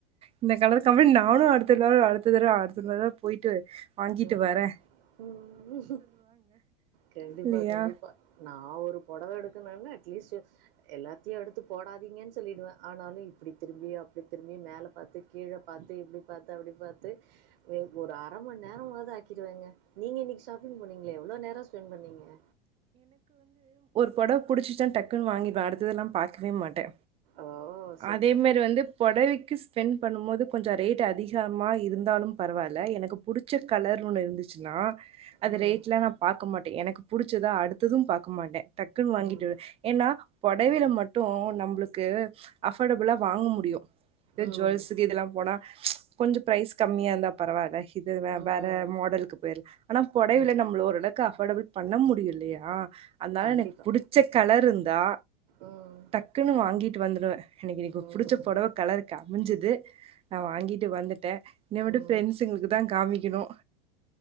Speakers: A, on the right; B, on the right.
A: இந்த கலரு காமி நானு அடுத்தாரும் அடுத்த தட அடுத்தள்ள போயிட்டு வாங்கிட்டு
B: ம்,
A: வரே
B: ம் கண்டிப்பா
A: இல்லையா
B: கண்டிப்பா நா ஒரு படோ அத எடுக்கணுனா அட்லீஸ் எல்லாத்தையு எடுத்து போடாதீங்கன்னு சொல்லிடுவே ஆனாலு இப்டி திரும்பி அப்டி திரும்பியு மேல பாத்து கீழ பாத்து இப்டி பாத்து அப்டி பாத்து ஒரு அரமண் நேரமாது ஆக்கிடுவாங்க நீங்க இன்னிக்கு ஸ்கூ ஷாப்பிங் போண்ணீங்களே எவ்வளோ நேர ஸ்பெண்ட் பண்ணீங்க
A: புடவ் புடுச்சுசா டக் டக்குனு வாங்கிபே அடுத்ததெல்லா பாக்கவே மாட்டே
B: ஓ! சூப்பர்.
A: அதே மாரி வந்து புடவைக் கிஸ் பெண் பண்ணு போது கொஞ்ச ரேட் அதிகமா இருந்தாலு பரவால எனக்கு புடிச்ச கலர் ஒண்ணு இருந்துச்சுன்னா அது
B: ம்,
A: ரேட்லா நா பாக்க மாட்டே எனக்கு புடிச்சதா அடுத்தது பாக்க மாட்டே டக்குன்னு வாங்கிட்டுவே
B: ம்,
A: ஏன்னா புடவேல மட்டு நம்ளுக்கு அஃபர்டபுளா வாங்க முடியு இத
B: ம்,
A: ஜுவல்சுக்கு இதெல்லா போனா கொஞ்சோ ப்ரைஸ் கம்மியா இருந்தா பரவால்ல இது
B: ம்,
A: வேற மாடலுக்கு போயிர்ல ஆனா புடவல
B: ம்.
A: நம்ம ஓரளவுக்கு அஃபர்டபுள் பண்ண முடியு இல்லையா அதனால
B: கண்டிப்பா.
A: எனக்கு புடிச்ச கலர் இருந்தா
B: ம்,
A: டக்குனு வாங்கீட்டு வந்ருவே இன்னிகி எனக்கு
B: ம்,
A: புடிச்ச புடவ கலருக்கு அமஞ்சது நா வாங்கிட்டு வந்துட்டே என்ன விட
B: ம்.
A: பிரெண்ட்ஸ்களுக்கு தா காமிக்கணு